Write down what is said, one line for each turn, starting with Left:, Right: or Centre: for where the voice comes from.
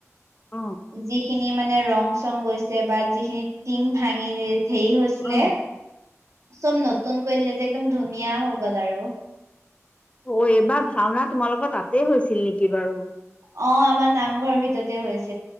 Left: অ
Right: যিখিনি মানে ৰং চং গৈছে বা যিখিনি টিং ভাং হেৰি হৈছিলে
Left: অ
Right: চব নতুন কৰি দিলে যে একদম ধুনীয়া হৈ গ'ল আৰু
Left: অ এইবাৰ ভাওনা তোমালোকৰ তাতে হৈছিল নেকি বাৰু
Right: অ আমাৰ নামঘৰৰ ভিতৰতে হৈছে